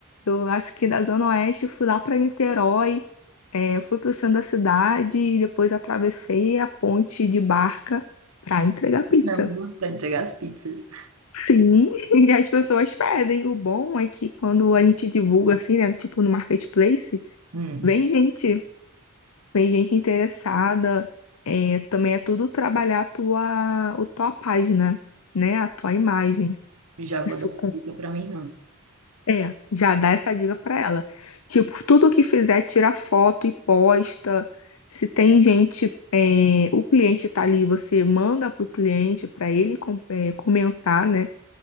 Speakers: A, on the left; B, on the right.
A: eu acho que da Zona Oeste, fui lá para Niterói, é, eu fui para o centro da cidade e depois atravessei a ponte de barca para entregar pizza.
B: Caramba, pra entregar as pizzas.
A: Sim, <laughs> e as pessoas pedem. O bom é que quando a gente divulga assim, né, tipo no marketplace,
B: Hum.
A: vem gente, vem gente interessada. É, também é tudo trabalhar a tua, a tua página, né, a tua imagem.
B: Já
A: Isso
B: vou dar essa dica pra minha irmã.
A: É, já dá essa dica pra ela. Tipo, tudo que fizer, tira foto e posta. Se tem gente, é, o cliente tá ali, você manda pro cliente pra ele com- é, comentar, né?